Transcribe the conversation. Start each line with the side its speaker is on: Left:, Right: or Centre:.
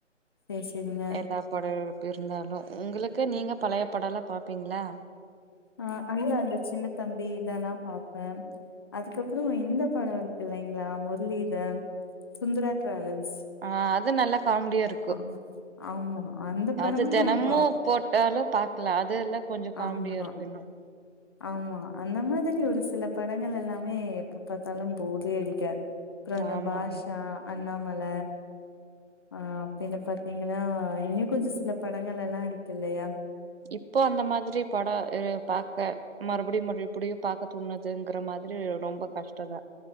Left: சரி சரிங்க
Right: எல்லார் படம் எப்பு இருந்தாலு உங்களுக்கு நீங்க பழைய படம் எல்லா பாப்பீங்களா
Left: ஆஹ் ஐயா அந்த சின்ன தம்பி இதெலா பாப்ப அதுக்கப்பற இந்த பட இருக்கு இல்லிங்களா முரளி இந்த சுந்தரா டிராவல்ஸ்
Right: ஆ அது நல்ல காமடியா இருக்கும்
Left: ஆ ஆமா அந்த படமு
Right: அது தெனமும்
Left: பாப்
Right: போட் டாலும் பாக்கலா அது எல்லா கொஞ்ச காமெடியா
Left: ஆமா
Right: இருக்கு இன்னும்
Left: ஆமா அந்த மாரி ஒரு சில படங்கள் எல்லாமே எப்ப பாத்தாலு போரே அடிக்காது அப்பற அந்த
Right: ஆமா
Left: பாட்ஷா
Right: ஆமா
Left: அண்ணாமல ஆ அப்டின்னு பாத்தீங்கன்னா இன்னும் கொஞ்ச சில படங்கள் எல்லா இருக்கு இல்லயா
Right: இப்போ அந்த மாதிரி பட இரு பாக்க மறுபடியு மறுபடியு பாக்க தோணுதுங்கற மாரி ரொம்ப கஷ்ட தா